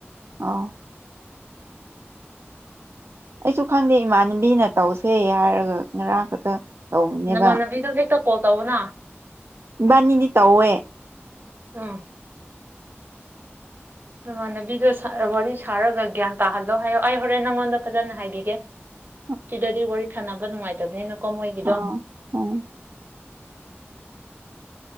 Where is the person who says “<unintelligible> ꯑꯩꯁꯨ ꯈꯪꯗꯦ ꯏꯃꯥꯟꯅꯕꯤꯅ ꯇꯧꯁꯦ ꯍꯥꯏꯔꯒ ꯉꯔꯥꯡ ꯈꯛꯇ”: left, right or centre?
Right